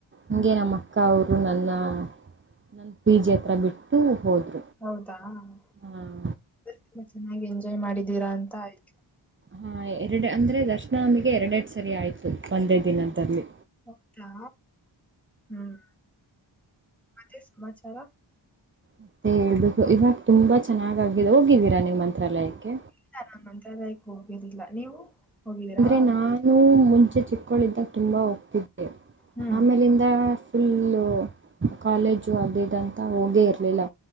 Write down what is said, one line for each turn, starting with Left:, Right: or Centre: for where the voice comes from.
Centre: ಹ್ಮ್
Right: ಹೀಗೆ ನಮ್ಮ ಅಕ್ಕ ಅವರು ನನ್ನ ನನ್ನ ಪಿ ಜಿ ಹತ್ರಿ ಬಿಟ್ಟು ಹೋದರು
Centre: ಹೌದಾ್ಮೆ
Right: ಹಾಂ
Centre: ತುಂಬಾ ಚೆನ್ನಾಗಿ ಎಂಜಾಯ್ ಮಾಡಿದ್ದೀರಾ ಅಂತ ಆಯ್ತು
Right: ಹಾ ಎರಡು ಅಂದ್ರೆ ದರ್ಶನ ನಮಗೆ ಎರಡೆಡ್ ಸರಿ ಆಯ್ತು ಒಂದೇ ದಿನದಲ್ಲಿ
Centre: ಹೌದಾ ಹ್ಮ್ ಮತ್ತೆ ಸಮಾಚಾರ
Right: ಮತ್ತೆ ಹೇಬೇಕು ಇವಾಗ ತುಂಬಾ ಚೆನ್ನಾಗಾಗಿದೆ ಹೋಗಿವೀರಾ ನಿ್ ಮಂತ್ರಾಲಯಕ್ಕೆ
Centre: ಇ ನಾನ್ ಮಂಂತರಾಯಕ್ ಹೋಗೋುದಿಲ್ಲ ನೀವು ಹೋಗಿದ್ದೀರಾ
Right: ಅಂದ್ರೆ ನಾನು ಮುಂಚೆ ಚಿಕ್ಕಳಿದ್ದಾಗ ತುಂಬಾ ಹೋಗ್ತಿದ್ದೆ
Centre: ಹ್ಮ್
Right: ಆಮೇಲೆ ಫುಲ್ಲು ಕಾಲೇಜು ಅಡೇಟ್ ಅಂತ ಹೋಗೇ ಇರಲಿಲ್ಲ